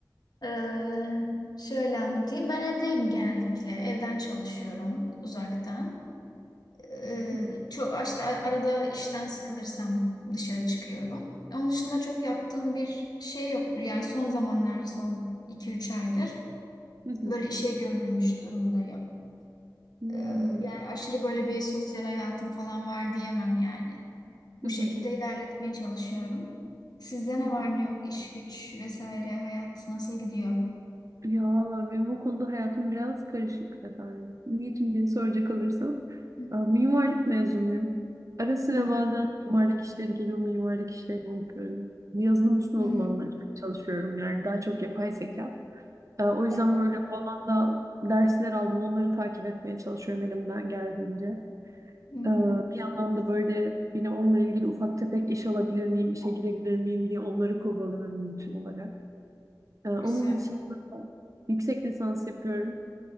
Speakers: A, on the left (about 60°); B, on the right (about 45°).
A: Ee, şöyle anlatayım. Ben evdeyim genellikle. Evden çalışıyorum uzaktan. Ee,
B: <laughs> Hı
A: çok işte arada işten sıkılırsam dışarı çıkıyorum. Onun dışında çok yaptığım bir şey yok. Yani son zamanlarda son iki üç aydır
B: hı. Hı
A: böyle
B: hı.
A: işe gömülmüş durumdayım.
B: Hmm.
A: Ee, yani aşırı böyle bir sosyal hayatım falan var diyemem yani. Bu
B: Hı
A: şekilde
B: hı hı.
A: ilerletmeye çalışıyorum. Sizde ne
B: Hı hı.
A: var ne yok? İş güç vesaire hayat nasıl gidiyor?
B: Ya valla benim o konuda hayatım biraz karışık efendim. Niçin diye soracak olursan,
A: Hı
B: e, Mimarlık mezunuyum. Ara sıra
A: hı.
B: bazen mimarlık işleri geliyor, mimarlık işlerini yapıyorum. Yazılım üstüne
A: Hı
B: uzmanla
A: hı.
B: çalışıyorum. Yani daha çok yapay zeka. E, O yüzden
A: Evet.
B: böyle bu alanda dersler aldım. Onları takip etmeye çalışıyorum elimden geldiğince.
A: Hı hı.
B: Ee, bir yandan da böyle yine onunla ilgili ufak tefek iş alabilir miyim, işe girebilir miyim diye onları kovalıyorum bütün olarak. Ee, onun
A: Güzel.
B: dışında yüksek lisans yapıyorum.